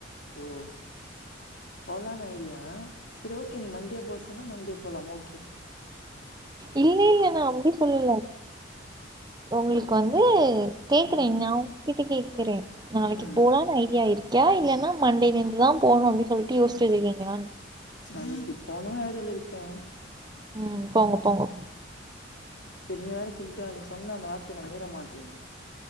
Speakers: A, on the left; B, on the right.
A: ம் போலான் ஐடியா செரி ஓகே நீ மண்டே போ சொன்னா மண்டே போலாம் ஒ
B: இல்லில்ல நா அப்டி சொல்லல ஒங்குளுக் வந்து கேக்குறே
A: ம்
B: நா உங்கிட்ட கேக்குறே நாளக்கி
A: ம்
B: போலான் ஐடியா இருக் க்யா இல்லனா மண்டேலந்துதா போணு அப்பிடி சொல்ட்டு யோஸ்ச்சி வச்சிகீங்ளா
A: நாளக்கி போணுன் ஐடியாலருக்கே
B: ம் போங்கு போங்கோ
A: செர் நீ வேற சொல்ட்யா நீ சொன்ன அந்த வார்த்த நா மீரமாட்டே